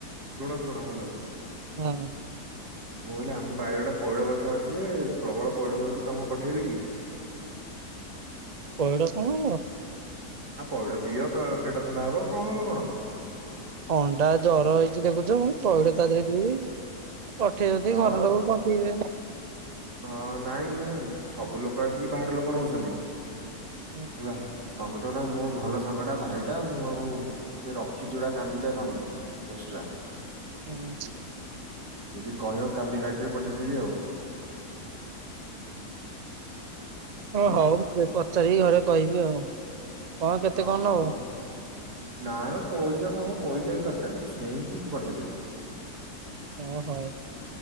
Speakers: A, on the right; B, on the right.
A: ଶୁଣ ଶୁଣ ହ୍ୟାଲୋ।
B: ହୁଁ।
A: ମୁଁ କହିଲି ଆମ ବାଇରେ ଗୋଟେ ପଇଡ଼ ଗଛ ଅଛି ଯେ ପ୍ରବଳ ପଇଡ଼ ହଉଛି ତମକୁ ପଠେଇବି କି?
B: ପଇଡ ସବୁ ମୋ
A: ଆଉ ପଇଡ଼ ପିଅ ପେଟ ଥଣ୍ଡା ହବ କଣ ହବ କଣ।
B: ଅଣ୍ଡା ଜର ହେଇଛିି ଦେଖୁଛ ପୁଣି ପଇଡ ତା ଦେହରେ ପିଇବି? ପଠେଇବ ଯଦି
A: ହଁ
B: ଘର ଲୋକ କଣ ପିଇବେ।
A: ହଁ ନାଇଁ ମୁଁ ସବୁ ଲୋକ ଆସିକି ବାହାର ଲୋକ ନଉଛନ୍ତି।
B: ହୁଁ।
A: ହେଲା ତମେ ତ ଗୋଟେ ମୋ ଭଲ ସାଙ୍ଗ ଟା ଭାଇଟା ମୁଁ ଆଉ ମୁଁ ଟେ ରଖିଛି କାନ୍ଦିଟା ତମ ପାଇଁ ଏକ୍ସଟ୍ରା।
B: ହୁଁ।
A: ଯଦି କହିବ କାଲି କଟିକି ପଠାଇଦେବି ଆଉ। ହଁ
B: ଓ ହଉ ମୁଁ ପଚାରିକି ଘରେ କହିବି ଆଉ। କଣ କେତେ
A: ହଁ
B: କଣ ନବ?
A: କହ ନାଇଁ ମ ପଇସା କଣ ହବ ପଇସା କିଛି ଦରକାର ନାହିଁ ସେମତି ପଠେଇଦେବି।
B: ଓ ହଉ।